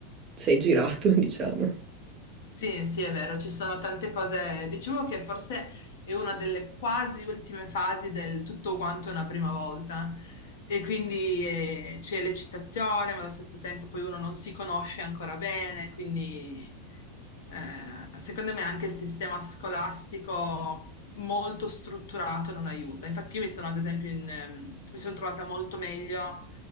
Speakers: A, on the right; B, on the left.
A: sei girato, <laughs> diciamo.
B: Sì, sì, è vero, ci sono tante cose. Diciamo che forse è una delle quasi ultime fasi del tutto quanto è una prima volta. E quindi eh, c'è l'eccitazione, ma allo stesso tempo poi uno non si conosce ancora bene, quindi eh, secondo me anche il sistema scolastico molto strutturato non aiuta. Infatti, io mi sono, ad esempio, in, ehm, mi sono trovata molto meglio